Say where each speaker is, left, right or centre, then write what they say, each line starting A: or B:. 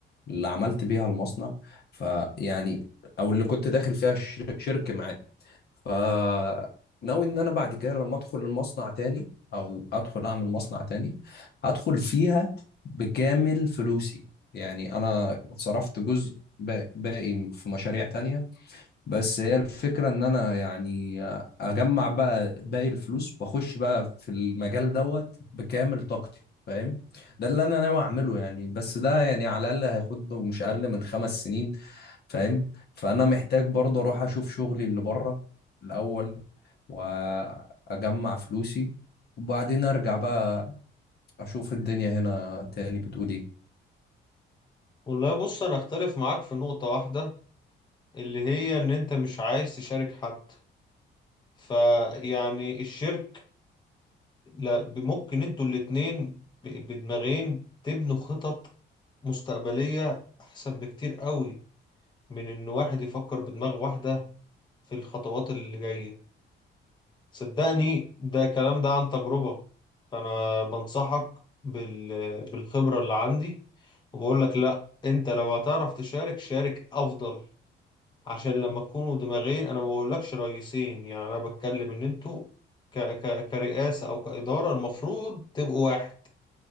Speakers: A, on the left; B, on the left.
A: اللي عملت بيها المصنع فيعني او اللي كنت داخل فيها شر- شرك معاه فناوي ان انا بعد كده لما ادخل المصنع تاني او ادخل اعمل مصنع تاني هدخل فيها بكامل فلوسي يعني انا صرفت جزء با- باقي في مشاريع تانية بس هي الفكرة ان انا يعني اجمع بقى باقي الفلوس واخش بقى في المجال دوت بكامل طاقتي فاهم ده اللي انا ناوي اعمله يعني بس ده يعني على الاقل هياخد له مش اقل من خمس سنين فاهم فانا محتاج برضه اروح اشوف شغلي اللي بره الاول واجمع فلوسي وبعدين ارجع بقى اشوف الدنيا هنا تاني بتقول ايه
B: والله بص انا اختلف معاك في نقطة واحدة اللي هي ان انت مش عايز تشارك حد فيعني الشرك لا ب- ممكن انتوا الاتنين ب- بدماغين تبنوا خطط مستقبلية احسن بكتير قوي من ان واحد يفكر بدماغ واحدة في الخطوات اللي جاية صدقني ده كلام ده عن تجربة فأنا بنصحك بال... بالخبرة اللي عندي وبقول لك لا انت لو هتعرف تشارك شارك افضل عشان لما تكونوا دماغين انا ما بقولكش رئيسين يعني انا بتكلم ان انتوا ك... ك... كرئاسة او كإدارة المفروض تبقوا واحد